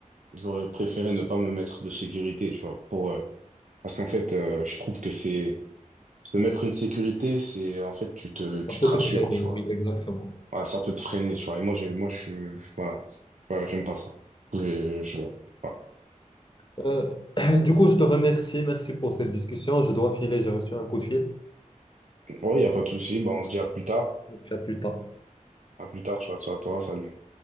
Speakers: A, on the right; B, on the left.
A: j'aurais préféré ne pas me mettre de sécurité, tu vois, pour, euh, parce qu'en fait, euh, je trouve que c'est, se mettre une sécurité, c'est, en fait, tu te, tu
B: ça peut
A: te rassures,
B: te freiner,
A: tu
B: oui,
A: vois.
B: exactement.
A: Voilà, ça peut te freiner, tu vois. Et moi, j'ai, moi, je suis, voilà, Ouais, j'aime pas ça. J'ai- je, voilà.
B: Euh, <clears throat> du coup, je te remercie. Merci pour cette discussion. Je dois filer, j'ai reçu un coup de fil.
A: Ouais, y a pas de souci. Bah, on se dit à plus tard.
B: À plus tard.
A: À plus tard, tu vois, ça à toi, salut.